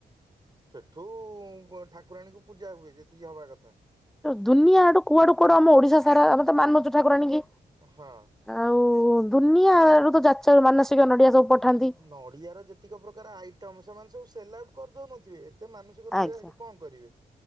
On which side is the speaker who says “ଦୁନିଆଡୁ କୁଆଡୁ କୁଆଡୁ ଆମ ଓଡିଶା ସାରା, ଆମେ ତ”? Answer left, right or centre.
Centre